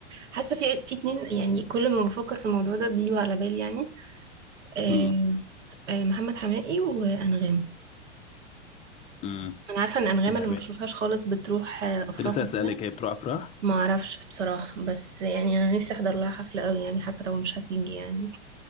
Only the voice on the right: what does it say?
وحاسه في في اتنين يعني كل ما بفكر في الموضوع ده بيجوا على بالي يعني أم،
أم، محمد حماقي وانغام
انا عارفه ان انغام
انا ما بشوفهاش خالص بتروح آه، افراح
وكده
ما اعرفش بصراحه بس يعني انا نفسي احضر لها حفله قوي يعني حتى لو مش هتيجي يعني